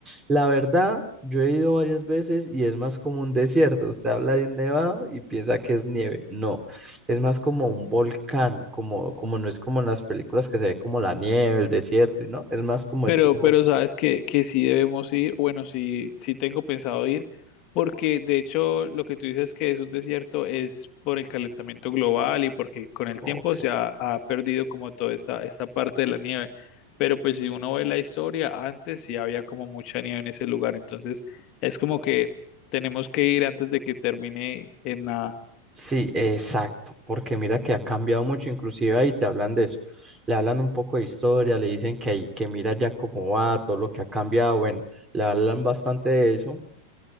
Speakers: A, on the right; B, on the left.
A: La verdad, yo he ido varias veces y es más como un desierto. Usted habla de un nevado y piensa que es nieve. No, es más como un volcán, como, como no es como en las películas que se ve como la nieve, el desierto, y no, es más como
B: Pero,
A: estilo volcán.
B: pero sabes que, que sí debemos ir, bueno, sí, sí tengo pensado ir, porque de hecho lo que tú dices que es un desierto es por el calentamiento global y porque con el
A: Ok.
B: tiempo se ha, ha perdido como toda esta, esta parte de la nieve. Pero pues si uno ve la historia, antes sí había como mucha nieve en ese lugar, entonces es como que tenemos que ir antes de que termine en nada.
A: Sí, exacto, porque mira que ha cambiado mucho, inclusive ahí te hablan de eso, le hablan un poco de historia, le dicen que, ahí- que mira ya cómo va, todo lo que ha cambiado, bueno, le hablan bastante de eso,